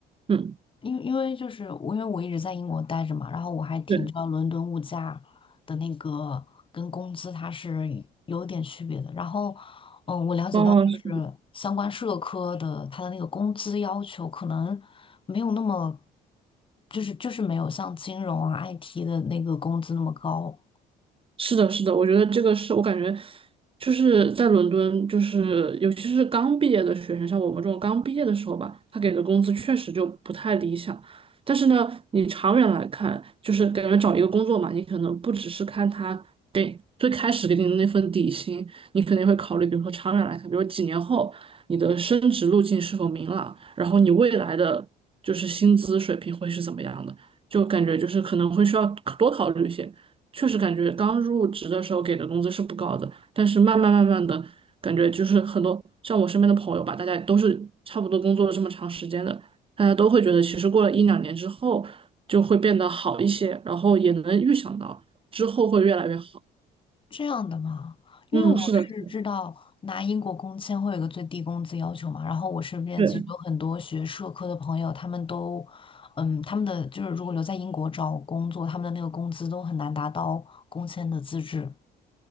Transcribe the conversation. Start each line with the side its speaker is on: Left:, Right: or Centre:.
Right: 嗯，
Left: 因为因为就是我，因为我一直在英国待着嘛，然后我还挺知道伦敦物价的那个跟工资它是有点区别的。
Right: 对，
Left: 然后，嗯，我了解到就是相关社科的它的那个工资要求可能没有那么，
Right: 往往是。
Left: 就是就是没有像金融啊 IT 的那个工资那么高。
Right: 是的，是的，我觉得这个是我感觉就是在伦敦，就是尤其是刚毕业的学生，像我们这种刚毕业的时候吧，他给的工资确实就不太理想。但是呢，你长远来看，就是感觉找一个工作嘛，你可能不只是看他给最开始给你的那份底薪，你肯定会考虑，比如说长远来看，比如几年后你的升职路径是否明朗，然后你未来的就是薪资水平会是怎么样的。就感觉就是可能会需要多考虑一些。确实感觉刚入职的时候给的工资是不高的，但是慢慢慢慢的感觉就是很多像我身边的朋友吧，大家都是差不多工作了这么长时间的，大家都会觉得其实过了一两年之后就会变得好一些，然后也能预想到之后会越来越好。
Left: 这样的吗？因为我是知道拿英国工签会有一个最低工资要求嘛，
Right: 嗯，是的，是的
Left: 然后我身边其实有很多学社科的朋友，
Right: 对，
Left: 他们都，嗯，他们的就是如果留在英国找工作，他们的那个工资都很难达到工签的资质。